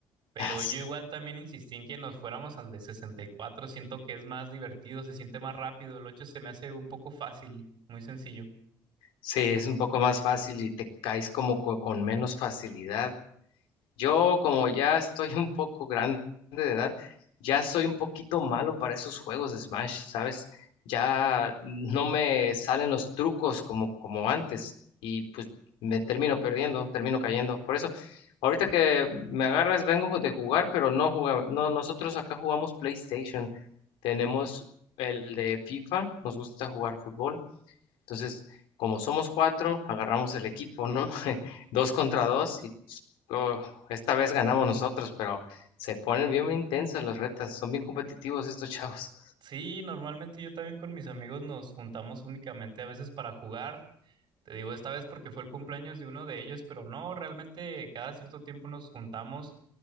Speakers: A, on the right; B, on the left.
A: pero
B: <laughs>
A: yo igual también insistí en que nos fuéramos al de 64 siento que es más divertido, se siente más rápido, el 8 se me hace un poco fácil, muy sencillo.
B: Sí, es un poco más fácil y te caes como co- con menos facilidad. Yo, como ya estoy un poco grande de edad, ya soy un poquito malo para esos juegos de Smash, ¿sabes? Ya no me salen los trucos como, como antes y pues me termino perdiendo, termino cayendo. Por eso, ahorita que me agarras, vengo de jugar, pero no jugamos, no, nosotros acá jugamos PlayStation. Tenemos el de FIFA, nos gusta jugar fútbol. Entonces, como somos cuatro, agarramos el equipo, ¿no? <laughs> Dos contra dos y oh, esta vez ganamos nosotros, pero se ponen bien intensas las retas, son bien competitivos estos <laughs> chavos.
A: Sí, normalmente yo también con mis amigos nos juntamos únicamente a veces para jugar. Te digo esta vez porque fue el cumpleaños de uno de ellos, pero no, realmente cada cierto tiempo nos juntamos.